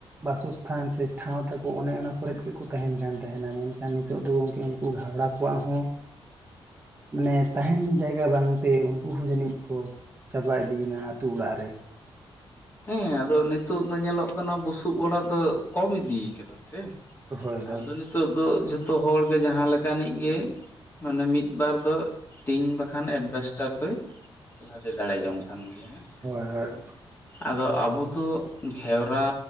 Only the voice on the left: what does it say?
ᱦᱮᱸ ᱟᱫᱚ ᱱᱤᱛᱚᱜ ᱫᱚ ᱧᱮᱞᱚᱜ ᱠᱟᱱᱟ ᱵᱩᱥᱩᱵ ᱚᱲᱟᱜ ᱫᱚ ᱠᱚᱢ ᱤᱫᱤ ᱠᱟᱱᱟ ᱥᱮ ᱾
ᱟᱫᱚ ᱱᱤᱛᱚᱜ ᱫᱚ ᱡᱷᱚᱛᱚ ᱦᱚᱲᱜᱮ ᱡᱟᱦᱟᱸ ᱞᱮᱠᱟᱱᱤᱡ ᱜᱮ ᱢᱟᱱᱮ ᱢᱤᱫᱵᱟᱨ ᱫᱚ ᱴᱤᱱ ᱵᱟᱠᱷᱟᱱ ᱮᱰᱵᱮᱥᱴᱟᱨ ᱫᱚᱭ ᱞᱟᱫᱮ ᱫᱟᱲᱮ ᱡᱚᱝ ᱠᱟᱱ ᱜᱮᱭᱟ ᱦᱮᱸ᱾ ᱥᱮ
ᱟᱫᱚ ᱟᱵᱚ ᱫᱚ ᱜᱷᱮᱣᱨᱟ